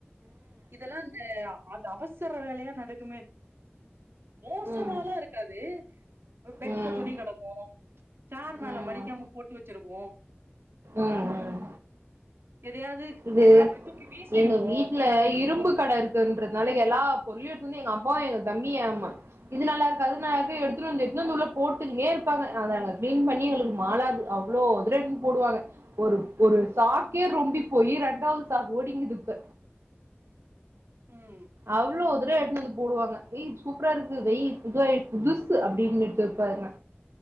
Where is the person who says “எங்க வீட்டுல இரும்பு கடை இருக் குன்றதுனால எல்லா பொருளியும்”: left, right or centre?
Right